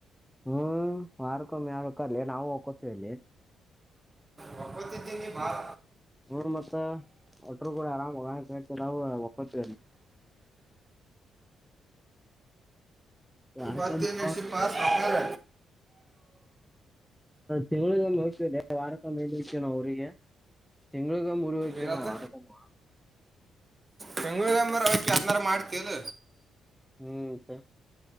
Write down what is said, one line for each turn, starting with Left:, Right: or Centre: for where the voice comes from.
Centre: ಹ್ಮ್ ವಾರಕ್ಕೊಮ್ಮೆ ಯಾರ್ ಹೋಗ್ತಾರ್ಲೆ ನಾವ ವಕ್ಕೋತೆವಿ.
Right: ವಕ್ಕೊತಿಧಿ ನಿ ಭಾಳ.
Centre: ಹೂ ಮತ್ತ ಒಟರು ಕ ಆರಾಮ್ ಹೇಳ್ತ ಅವರು ಒಕ್ಕೋತ. ವಾರಕ್ಕೊಮ್ಮೆ.
Right: ಮತ್ತೇನು
Centre: ಹ
Right: ನಡೆಸಿಪ್ಪ ಸಂಸ್ಕಾರ
Centre: ತಿಂಗಳಗೊಮ್ಮೆ ಹೋಗ್ತವಿಲೆ ವಾರಕ್ಕಮ್ಮೆ ಎಲ್ ಹೋಗ್ತೀವಿ ನಾವ ಊರಿಗೆ. ತಿಂಗಳಿಗೊಮ್ಮೆ ಊರಿಗ ಹೋಗ್ತೀವ
Right: ಏನತ್ತ
Centre: ನಾವ ವಾರಕ್ಕೊಮ್ಮೆ ಹೋಗಲ್ಲ.
Right: ತಿಂಗಳಿಗೊಮ್ಮೆ ಹೋಗ್ತಿ ಅದ್ನ ಅರೆ ಮಾಡ್ತೀ ಅಲ್ಲ.
Centre: ಹ್ಮ್ ಮತ್ತ.